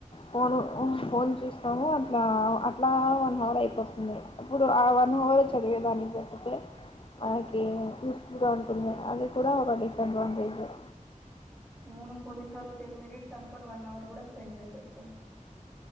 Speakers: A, on the left; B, in the centre.
A: ఫోను ఉ
B: మ్మ్
A: ఫోన్ చూస్తాము అట్ ఇట్లా అట్లా వన్ హావర్ అయిపోతుంది ఇప్పుడు ఆ వన్ అవర్ చదివేదానికి పెట్టుతే మనకి యూస్ఫుల్గా ఉంటుంది అది కూడా ఒక డిసడ్వాంటేజే
B: అవును కొన్నిసార్లు టెన్ మినిట్స్ అనుకొని వన్ అవర్ కూడా స్పెండ్ చేసేస్తాం